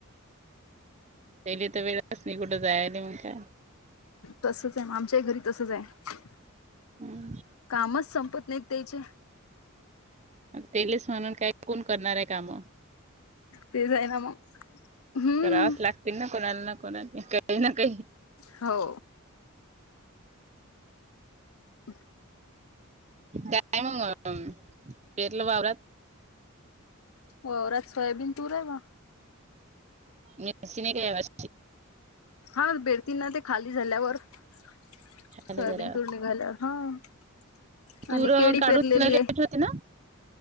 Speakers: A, on the right; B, on the left.
A: पहिली तर वेळच नाही कुठं जायला म्हटल्यावर
B: तसच आहे आमच्याही घरी तसंच आहे
A: हम्म
B: कामच संपत नाहीत त्याचे
A: तेलेस म्हणून काय कोण करणार आहे काम
B: ते जाय ना मग हम्म
A: करावाच लागतील ना कोणाला ना कोणाने काही ना काही..
B: हो हम
A: काय मग पेरलं वावरात..
B: वरात सोयाबीन तूर आहे ग
A: मिरची नाही का यावेळेस
B: हा बेरती ना ते खाली झाल्यावर सोयाबीन
A: झाले जरा.
B: तुर निघाल्यावर.. हा
A: तूर
B: आणि केळी
A: काढून
B: पेरलेली
A: लय लेट
B: आहे..
A: होते ना